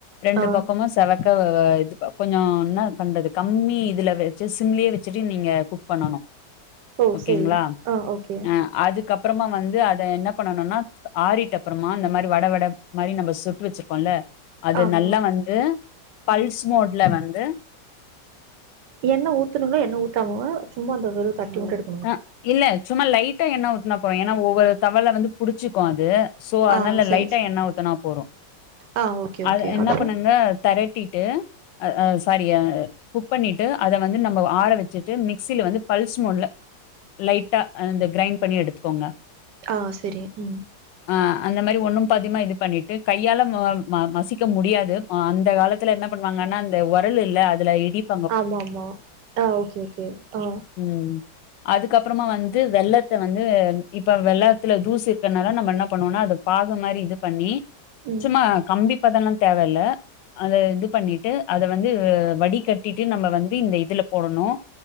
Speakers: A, on the left; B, on the right.
A: ரெண்டு
B: ஆ.
A: பக்கமு செவக் இது கொஞ்ச என்ன பண்றது கம்மி இதுல வச்சு சிம்லேயே வச்சுட்டு நீங்க குக் பண்ணணு
B: ஓ!
A: ஓகேங்ளா
B: சரி. ஆ ஓகே.
A: அ அதுக் கப்புறமா வந்து அத என்ன பண்ணனுனா ஆறிட்ட அப்புறமா அந்த மாரி வட வட மாரி நம்ம சுட்டு வச்சிருக்கோல்ல அது
B: ஆமா.
A: நல்லா வந்து பல்ஸ் மோட்ல வந்து
B: எண்ணெ ஊத்தணுங்ளா எண்ணெ ஊத்தாமவா சும்மா அந்த வெறு தட்டி உட்டுடு
A: ஆ இல்ல சும்மா லைட்டா எண்ணெ ஊத்துனா போறுமஸ ஏன்னா ஒவ்வொரு தவல வந்து புடிச்சுக்கு அது சோ
B: ஆ
A: அனால
B: சரி,
A: லைட்டா
B: சரி.
A: எண்ணெ ஊத்தனா போரு
B: ஆ ஓகே,
A: அது
B: ஓகே.
A: என்ன
B: அப்புறம்?
A: பண்ணுங்க தரட்டிட்டு அ சாரி குக் பண்ணிட்டு அத வந்து நம்ப ஆற வச்சுட்டு மிக்சியில வந்து பல்ஸ் மோட்ல லைட்டா அந்த கிரைண்ட் பண்ணி எடுத்துக்கோங்க
B: ஆ செரி ம்
A: ஆ அந்த மாரி ஒண்ணும் பாதிமா இது பண்ணிட்டு கையால ம மசிக்க முடியாது அந்த காலத் த்துல என்ன பண்ணுவாங்கன்னா அந்த உரல் இல்ல அதுல இடிப்
B: ஆமாமா ஆ ஓகே ஓகே ஆ
A: ம் அதுக்கப்புறமா வந்து வெள்ளத்த வந்து இப்ப வெள்ளத்துல தூசு இருக்கனால நம்ம என்ன பண்ணுவோன அத பாகு மாரி இது பண்ணி
B: ம்.
A: சும்மா கம்பி பதல்லா தேவ இல்ல அது இது பண்ணிட்டு அத வந்து வடிகட்டிட்டு நம்ம வந்து இந்த இதுலா போடனு